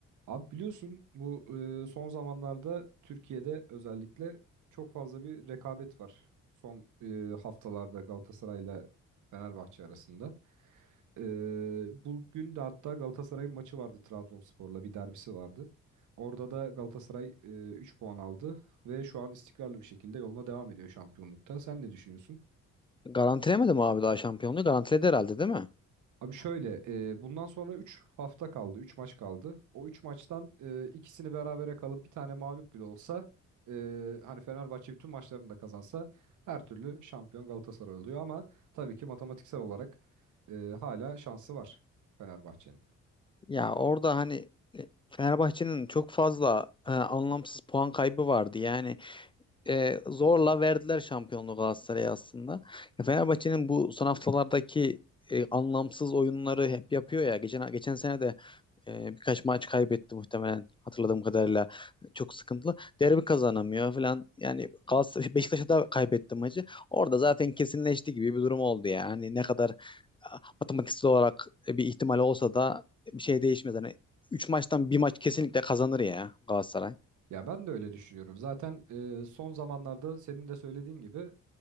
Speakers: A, on the right; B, on the left.
A: Abi biliyorsun bu e, son zamanlarda Türkiye'de özellikle çok fazla bir rekabet var. Son e, haftalarda Galatasaray'la Fenerbahçe arasında. E, bugün de hatta Galatasaray'ın maçı vardı Trabzonspor'la bir derbisi vardı. Orada da Galatasaray 3 puan aldı ve şu an istikrarlı bir şekilde yoluna devam ediyor şampiyonlukta. Sen ne düşünüyorsun?
B: Garantilemedi mi abi daha şampiyonluğu? Garantiledi herhalde değil mi?
A: Abi şöyle, e, bundan sonra 3 hafta kaldı, 3 maç kaldı. O 3 maçtan e, ikisini berabere kalıp bir tane mağlup bile olsa, e, hani Fenerbahçe bütün maçlarını da kazansa her türlü şampiyon Galatasaray oluyor ama tabii ki matematiksel olarak e, hala şansı var Fenerbahçe'nin.
B: Ya orada hani e, Fenerbahçe'nin çok fazla e, anlamsız puan kaybı vardı. Yani e, zorla verdiler şampiyonluğu Galatasaray'a aslında. Ya Fenerbahçe'nin bu son haftalardaki e, anlamsız oyunları hep yapıyor ya. Geçen geçen sene de E, birkaç maç kaybetti muhtemelen hatırladığım kadarıyla. Çok sıkıntılı. Derbi kazanamıyor falan. Yani Galatasaray, <laughs> Beşiktaş'a da kaybetti maçı. Orada zaten kesinleşti gibi bir durum oldu yani. Hani ne kadar a, matematiksel olarak e, bir ihtimal olsa da bir şey değişmez. Hani 3 maçtan bir maç kesinlikle kazanır ya Galatasaray.
A: Ya ben de öyle düşünüyorum. Zaten e, son zamanlarda senin de söylediğin gibi